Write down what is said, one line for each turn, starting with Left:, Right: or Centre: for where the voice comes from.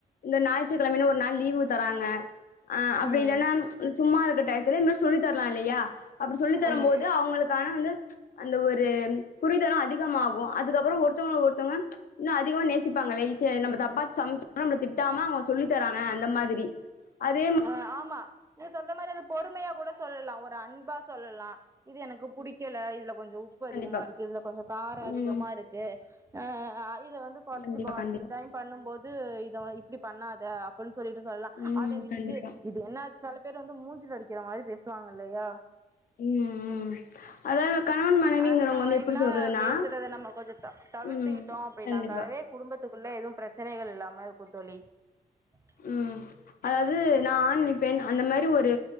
Left: இந்த நா அப்டின் ஒரு நாள் லீவ் தராங்க ஆ அப்டி
Right: ம்
Left: இல்லன்னா சும்மா இருக்க டயத்துல இந்த மாரி சொல்லி தரலா இல்லயா அப்படி சொல்லித்தரூ
Right: ம்
Left: போது அவங்களுகு ஆனா வந்து அதல ஒரு புரிதலூ அதிகமாகூ அதுக்கப்புறோ ஒருத்தவங்கள ஒருத்தவங்க இன்னூ அதிகமா நேசிப்பாங்க ஈசியா நம்ம தப்பாத்த சமச்சாலூ நம்மள திட்டாம அவுங்க சொல்லி தராங்க அந்த மாதிரி அதேம்
Right: ஆ ஆமா நீங்க சொல்ற மாரி அத பொறுமையா கூட சொல்லலா ஒத் ஒரு அன்பா சொல்லலா இது எனக்கு புடிக்கல இதுல கொஞ்சொ உப் உப்பு அதிகமா
Left: கண்டிப்பா
Right: இருக்கு இதுல கொஞ்சொ காரம் அதிகமா
Left: ம்
Right: இருக்கு ஆ இத வந்து கெறைச்சிக்கோ
Left: கண்டிப்பா
Right: அடுத்த
Left: கண்டிப்பா
Right: டைம் பண்ணூ போது இத இப்டி பண்ணாத அப்படின் சொல்லிட்டு சொல்லலா
Left: ம்
Right: அத விட்
Left: கண்டிப்பா
Right: ஏன்ன செல பேர் வந்து மூஞ்சில அடிக்கிற மாரி பேசுவாங்க இல்லயா
Left: ம் ம் அதாவது கணவன் மனைவிங்கிறவங்க
Right: அந்த
Left: வந்து
Right: மாரிலா
Left: எப்டி சொல்றதுன்னா
Right: பேசுறத நம்ம கொஞ்சொ தவி தவிர்த்துக்கிட்டோ
Left: ம்
Right: அப்டின்னாக்கவே
Left: கண்டிப்பா
Right: குடும்பத்துக்குள்ள எதுவூ பிரச்சனைகள் இல்லாம இருக்கூ தோழி <inaudible>
Left: ம் அதாவது நா ஆண் நீ பெண் அந்த மாரி ஒரு